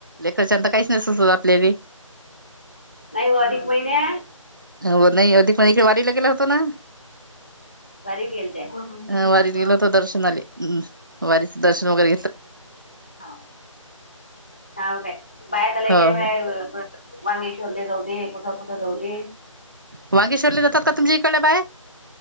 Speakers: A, on the right; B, on the left.
A: लेकरच्याता काहीच नाही सुचवत आपलेले
B: नाही हो अधिक महिन्या
A: हो नाही अधिक महिन्यात, इकडे वारीला गेलो होतो ना.
B: वारीला गेलत्या.
A: वारीत गेलोत होतो दर्शनाले, वारीचा दर्शन वगैर.
B: हाव हाव काय बाया तर लई.
A: हो हो
B: <unintelligible> मांगेश्वरले जाऊ दे कुठं कुठं जाऊ दे.
A: वाांगेश्ववरला जा काय करते तुमचा, इकडचे बाये